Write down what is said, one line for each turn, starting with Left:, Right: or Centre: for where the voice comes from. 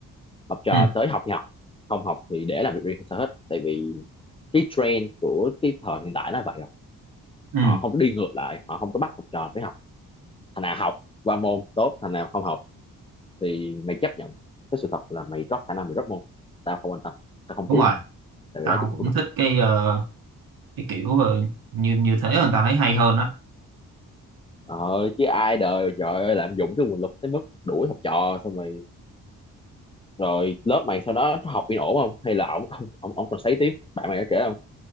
Left: học trò
Right: ừ
Left: tới học thì học không học thì để làm việc riêng không sao hết tại vì cái trend của cái thời hiện tại nó vậy rồi
Right: ừ,
Left: họ không có đi ngược lại họ không có bắt học trò phải học thằng nào học qua môn tốt thằng nào không học thì mày chấp nhận cái sự thật là mày drop khả năng mày drop môn tao không quan tâm tao không
Right: đúng
Left: cứu
Right: rồi
Left: mày tại
Right: tao
Left: vì đó là trách nhiệm
Right: cũng
Left: của mày
Right: thích cái ờ, cái kiểu ờ, như như thế hơn tao thấy hay hơn đó
Left: ờ chứ ai đời trời ơi lạm dụng cái nguồn lực tới mức đuổi học trò xong rồi rồi lớp mày sau đó nó học yên ổn không hay là ổng ông ông ông còn sấy tiếp bạn mày có kể không